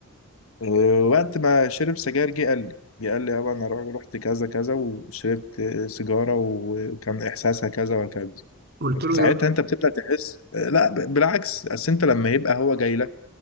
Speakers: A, on the left; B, on the right.
A: أه، وقت ما شرب سجاير جه قال لي جه قال لي يابا انا رحت كذا كذا وشربت سيجاره وكان احساسها كذا وكذا
B: قلت له
A: ساعتها
B: ايه بقى
A: انت بتبدا تحس آه، لا ب- بالعكس اصل انت لما يبقى هو جاي لك